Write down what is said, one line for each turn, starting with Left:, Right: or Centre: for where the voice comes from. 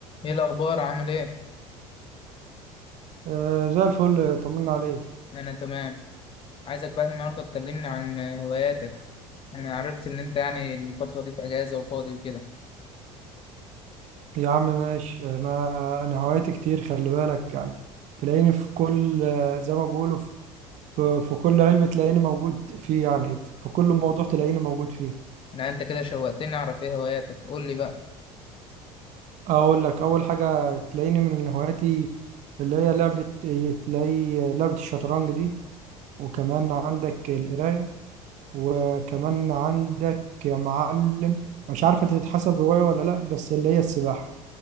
Left: ايه الاخبار عامل ايه
Right: آه، زي الفل طمنا عليك
Left: انا تمام عايزك بقى النهارده تكلمني عن هواياتك انا عرفت ان انت يعني الفتره دي في اجازه وفاضي وكده
Right: يا عم ماشي انا انا هواياتي كتير خلي بالك يعني تلاقيني في كل آه، زي ما بيقولوا في في في كل علم تلاقيني موجود فيه يعني في كل موضوع تلاقيني موجود فيه
Left: لا انت كده شوقتني اعرف ايه هواياتك قول لي بقى
Right: اقول لك اول حاجة تلاقيني من هواياتي اللي هي لعبة تلاقي لعبة الشطرنج دي وكمان عندك القراية وكمان عندك يا معلم مش عارفة تتحسب هواية ولا لا بس اللي هي السباحة